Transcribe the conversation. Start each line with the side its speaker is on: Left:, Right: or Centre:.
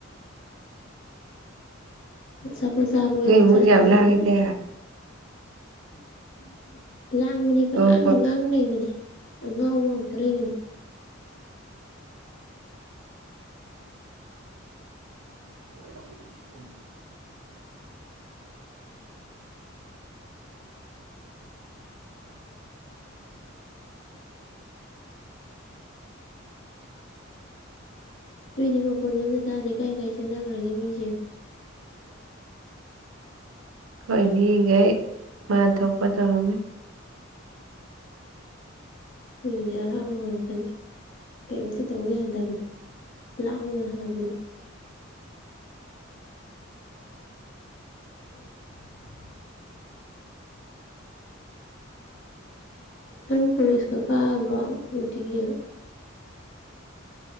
Left: ꯑꯆꯥꯄꯣ ꯆꯥꯕ ꯑꯣꯏꯅ
Right: ꯅꯣꯏ ꯏꯃꯨꯡꯁꯦ
Left: ꯆꯠꯂꯖꯦ
Right: ꯌꯥꯝ ꯂꯥꯡꯉꯤꯗ
Left: ꯑꯗꯨꯗꯤ <inaudible> ꯂꯥꯡꯕꯅꯤ ꯄꯉꯥꯡꯗ
Right: ꯍꯣꯏ ꯍꯣꯏ
Left: ꯉꯥꯡ ꯂꯩꯕꯅꯤ ꯑꯉꯥꯎꯕ ꯉꯥꯛꯇꯥ ꯂꯩꯕꯅꯤ
Right: <inaudible>
Left: ꯅꯣꯏꯗꯤ ꯃꯈꯣꯟꯒ ꯑꯝꯇꯥ ꯇꯥꯗꯦ ꯀꯥꯏ ꯀꯥꯏ ꯆꯠꯅꯒ꯭ꯔꯥꯒꯦ ꯃꯤꯁꯤꯡ
Right: ꯈꯣꯏ ꯃꯤꯒꯩ ꯃꯥ ꯊꯣꯛꯄ ꯇꯧꯔꯝꯅꯤ
Left: ꯈꯣꯏꯒꯤꯗꯤ ꯑꯔꯥꯡꯕ ꯉꯥꯥꯛꯇꯥꯅꯤ ꯀꯩꯝꯇꯥ ꯇꯧ ꯌꯥꯗꯝꯅꯤ ꯂꯥꯡꯕꯅ ꯍꯥꯟꯕꯅꯤ <inaudible> ꯅꯪ ꯀꯣꯂꯦꯖꯀꯥ ꯀꯥꯕ꯭ꯔꯣ ꯅꯨꯡꯇꯤꯒꯤ